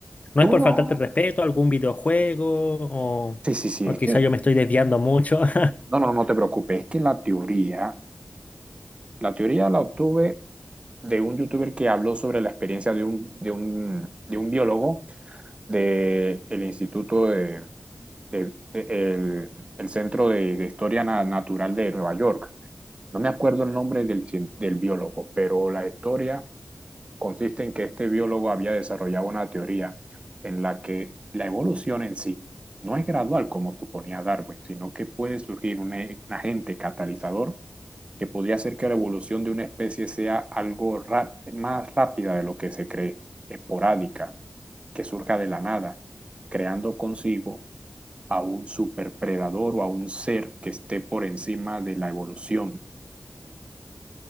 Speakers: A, on the left (about 45°); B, on the right (about 30°).
A: No
B: Tú
A: es por
B: me vas-
A: faltarte el respeto, algún videojuego, o,
B: Sí, sí, sí,
A: o
B: es
A: quizá
B: que,
A: yo me estoy desviando mucho. <laughs>
B: no, no, no te preocupes, es que la teoría, la teoría la obtuve de un youtuber que habló sobre la experiencia de un, de un, de un biólogo del Instituto de, de- de- el, el Centro de, de Historia Na- Natural de Nueva York. No me acuerdo el nombre del, cien- del biólogo, pero la historia consiste en que este biólogo había desarrollado una teoría en la que la evolución en sí no es gradual como suponía Darwin, sino que puede surgir un, e- un agente catalizador que podría hacer que la evolución de una especie sea algo ra- más rápida de lo que se cree, esporádica, que surja de la nada, creando consigo a un superpredador o a un ser que esté por encima de la evolución.